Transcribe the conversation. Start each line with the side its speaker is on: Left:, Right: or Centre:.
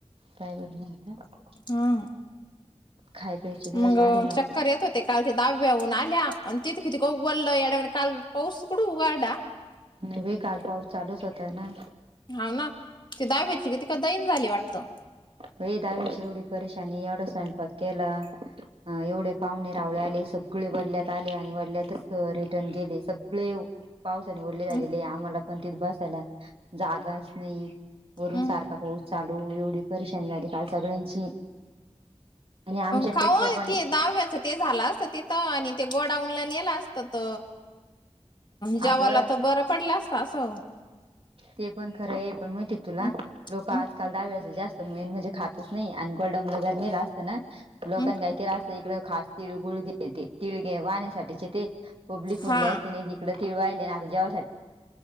Right: काय करणार आता.
Left: हा,
Right: खाय प्यायचे दिवस
Left: मग
Right: आले ना
Left: चक्कर येतं होत ते काल ते दहाव्याहून आल्या. अन तेथी किती <unintelligible> येड्यावानी काल पाऊस कुठं उघडला.
Right: नाही बाई, काल पाऊस चालूच होतय ना,
Left: हाव ना, ते दहाव्याची कितीका दईन झाली वाटतं.
Right: होइ दहाव्याची ऐवढी परेशानी, एवढा स्वयंपाक केला. एवढे पाहुणे रावळे आले सगळे वाल्यांत आले. आणि वाल्यातंच रिटर्न गेले. सगळे पावसाने वले झालेले.
Left: हम्म
Right: आम्हाला पण तिथं बसायला जागाच नाही. वरून
Left: हम्म.
Right: सारखा पाऊस चालू एवढी परेशानी झाली काल सगळ्यांची. आणि आमच्यापेक्षा
Left: कावं
Right: पण
Left: ते दहाव्याचं ते झाला असतं तिथं, आणि ते गोडाऊन ला नेलं अस त त जेवाला
Right: अगं
Left: त बरं पडलं असत असं
Right: ते पण खरं आहे, पण माहिती आहे तुला
Left: हम्म,
Right: लोकं आजकाल
Left: हम्म,
Right: दहावेचे जास्त मेन म्हणजे खातच नाही. आणि गोडाऊन जर नेला तना, लोकांन
Left: हम्म.
Right: काही केला असतं इकडं खास तिळगुळघे तिळगे वाहण्यासाठीचे ते पब्लिक म्हणले
Left: हा
Right: असते न इकडे तीळ वाहिले न आता जेवा